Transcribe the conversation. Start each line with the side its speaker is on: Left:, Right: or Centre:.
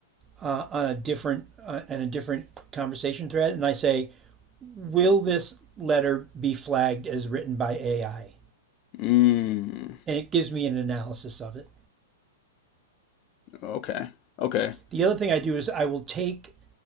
Right: uh, on a different uh, and a different conversation thread, and I say, "Will this letter be flagged as written by AI?"
Left: mm,
Right: And it gives me an analysis of it.
Left: okay okay
Right: The other thing I do is I will take